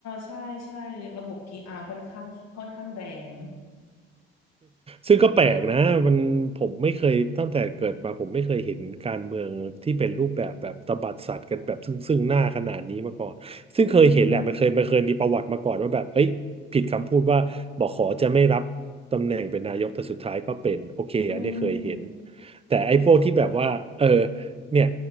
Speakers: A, on the left; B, on the right.
A: ใช่ใช่ระบบพีอาร์ค่อนข้างค่อนข้างแรง
B: ซึ่งก็แปลกนะมันผมไม่เคยตั้งแต่เกิดมาผมไม่เคยเห็นการเมืองที่เป็นรูปแบบแบบตบัดสัตว์กันแบบซึ่งซึ่งหน้าขนาดนี้มาก่อนซึ่งเคยเห็นแหละมันเคยมันเคยมีประวัติมาก่อนว่าแบบเอ้ยผิดคำพูดว่าบอกขอจะไม่รับตำแหน่งเป็นนายกแต่สุดท้ายก็เป็นโอเคอันนี้เคยเห็น
A: <laughs> อืมอืม
B: แต่ไอ้พวกที่แบบว่าเออเนี่ย